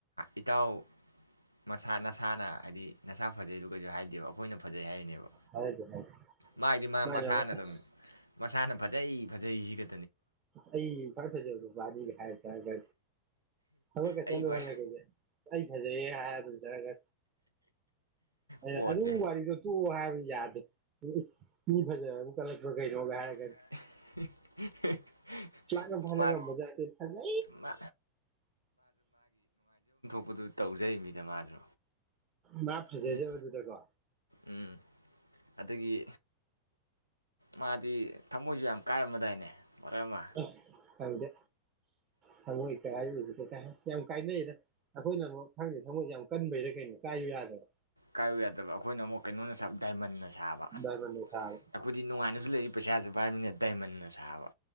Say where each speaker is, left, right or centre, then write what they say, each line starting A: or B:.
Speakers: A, on the right; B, on the right.
A: ꯏꯇꯥꯎ ꯃꯁꯥ ꯅꯁꯥꯅ ꯍꯥꯏꯗꯤ ꯅꯁꯥ ꯐꯖꯩꯗꯨ ꯀꯩꯁꯨ ꯍꯥꯏꯗꯦꯕ ꯑꯩꯈꯣꯏꯅ ꯐꯖꯩ ꯍꯥꯏꯔꯤꯅꯦꯕ
B: ꯍꯥꯏꯗꯤ ꯍꯥꯏ
A: ꯃꯥꯒꯤꯗꯤ ꯃꯥ
B: ꯃꯥꯅ
A: ꯃꯁꯥꯅ
B: ꯑꯃꯨꯛ ꯑꯁ
A: ꯑꯗꯨꯝ ꯃꯁꯥꯅ ꯐꯖꯩ ꯐꯖꯩꯁꯤꯒ
B: ꯑꯩ ꯐꯔꯐꯦꯖ ꯍꯥꯏ ꯇꯒ ꯊꯕꯛꯀ
A: ꯑꯩ
B: ꯆꯠꯂꯨ
A: ꯈ꯭ꯋꯥꯏ
B: ꯍꯥꯏꯜꯂ ꯑꯩꯈꯁꯦ ꯑꯁ ꯑꯩ ꯐꯖꯩꯑꯦ ꯍꯥꯏꯔ ꯑꯗꯨꯝ ꯆꯠꯂꯒ ꯑꯩꯅ
A: ꯄꯣꯠꯁꯦ
B: ꯑꯗꯨ ꯋꯥꯔꯤꯗꯣ ꯇ ꯋꯥꯍ ꯌꯥꯗ ꯌꯦ ꯃꯤ ꯐꯖ ꯀꯂꯛꯄ ꯀꯩ ꯔꯣꯂ ꯍꯥꯏ
A: <inaudible>
B: ꯒ ꯐꯒ
A: ꯃꯥ
B: ꯃꯖꯦ ꯊꯖ
A: ꯃꯥ ꯑꯗꯨꯗꯨꯠ ꯇꯧꯖꯔꯤ ꯃꯤꯗ ꯃꯥꯁꯨ
B: ꯃꯥ ꯐꯖꯖꯕꯗꯨꯗꯀꯣ
A: ꯎꯝ ꯎꯝ ꯑꯗꯒꯤ ꯃꯥꯗꯤ ꯊꯃꯣꯏꯁꯨ ꯌꯥꯝ ꯀꯥꯏꯔꯝꯃꯗꯥꯏꯅꯦ ꯃꯔꯛ ꯑꯃ
B: ꯑꯁ ꯈꯪꯗꯦ ꯊꯃꯣꯏ ꯀꯥꯏꯕꯁꯤꯗ ꯌꯥꯝ ꯀꯥꯏꯅꯩꯗ ꯑꯩꯈꯣꯏꯅ ꯑꯃꯨꯛ ꯈꯪꯗꯦ ꯊꯃꯣꯏꯁꯦ ꯌꯥꯝ ꯀꯟꯕꯩꯔ ꯀꯩꯅꯣ ꯀꯥꯏꯌꯨ ꯌꯥꯗꯕ
A: ꯀꯥꯏꯌꯨ ꯌꯥꯗꯕ ꯑꯩꯈꯣꯏꯅ ꯑꯃꯨꯛ ꯀꯩꯅꯣꯅ ꯗꯥꯏꯃꯟꯅ ꯁꯥꯕ
B: ꯗꯥꯏꯃꯟꯅ ꯁꯥꯕ
A: ꯑꯩꯈꯣꯏꯗꯤ ꯅꯨꯡꯉꯥꯏꯅꯁꯨ ꯂꯩꯔꯤ ꯄꯩꯁꯥꯁꯨ ꯄꯥꯏꯕꯅꯤꯅ ꯗꯥꯏꯃꯟꯅ ꯁꯥꯕ